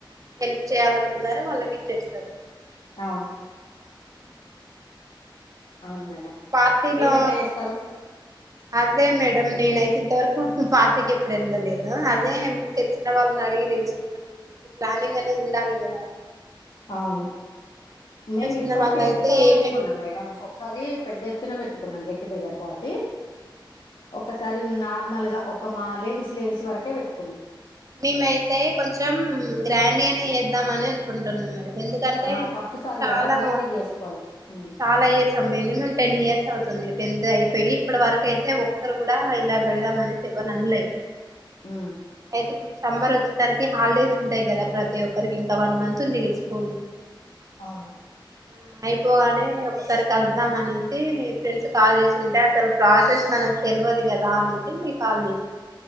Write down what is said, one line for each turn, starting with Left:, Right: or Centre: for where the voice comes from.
Right: హెల్ప్ చేయాలనుకున్నారో వాళ్ళకి ఇచ్చేస్తరు
Left: అవును అవును మేడం
Right: పార్టీలో
Left: మీరు ఎట్లా చేస్తారు
Right: అదే మేడం నేనయితే ఇంతవరక్ పార్టీకి ఎప్పుడు ఎల్తలేదు అదే తెలిసిన వాళ్ళని అడిగి తెలుస్ ప్లానింగ్ అనేది ఉండాలి గదా
Left: అవును మేము
Right: ఉన్న
Left: ఇప్పటికి
Right: వాళ్ళ
Left: రెండు
Right: అయితే
Left: సార్లు
Right: ఏమేం
Left: పెట్టుకున్నాం మేడం ఒకసారి పెద్దెత్ ద్దున పెట్టుకున్నాం గెట్టుగెదర్ పార్టీ ఒకసారి నార్మల్గా ఒక మా లేడీస్ లేడీస్ వరకే పెట్టుకున్నాం
Right: మేమయితే కొంచం గ్రాండీగనే చేద్దామని అనుకుంటున్నాం మరి ఎందుకంటే
Left: ఆ ఫస్ట్ సారి
Right: చాలా
Left: కదా గ్రాండ్ గా చేసుకోవాలి ఉమ్
Right: చాలా ఇయర్స్ మినిమం టెన్ ఇయర్స్ అవుతుంది టెన్త్ అయిపోయి ఇప్పటి వరకు అయితే ఒక్కరు గూడా ఇలా పెడదాం అనలే ఎవరన్లే
Left: ఆ
Right: అయితే ఇప్పుడు సమ్మర్ వచ్చేసరికి హాలిడేస్ ఉంటయి గదా ప్రతి ఒక్కరికి ఇంకా వన్ మంత్ ఉంది నీక్ స్కూలు
Left: అవును
Right: ఆ అయిపోగానే ఒకసారి కలుద్దాం అనేసి ఫ్రెండ్స్ కాల్ చేసి ఉంటే అసలు ప్రాసెస్ మనకు తెలవదు కదా అనేసి మీకు కాల్ చేస్త